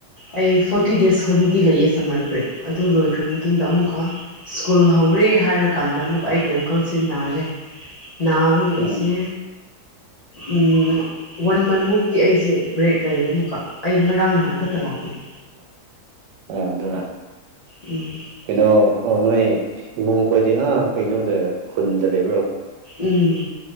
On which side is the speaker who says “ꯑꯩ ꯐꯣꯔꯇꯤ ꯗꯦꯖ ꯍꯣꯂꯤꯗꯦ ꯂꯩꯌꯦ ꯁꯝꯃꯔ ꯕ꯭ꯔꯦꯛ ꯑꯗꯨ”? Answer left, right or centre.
Left